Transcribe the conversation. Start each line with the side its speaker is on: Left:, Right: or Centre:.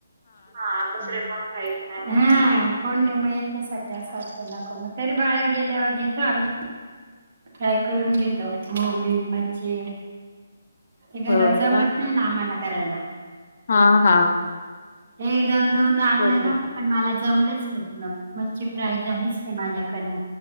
Right: हा दुसरे कोण खाईत नाही. हम्म. कोण नाही म एकट्यासाठी, असं वाटत नको म तरी बाहेर गेल्यावर घेतो आम्ही. फ्राय करून घेताव बोंबील, मच्छी हे घरात
Left: हो
Right: जमत
Left: का
Right: नाही ना, आम्हाला करायला,
Left: हा हा
Right: हे जाऊन दोनदा आणला
Left: बरोबर
Right: ना, पण मला जमलच नाही. मगं मच्छी फ्राय झालीच नाही माझ्या कडन.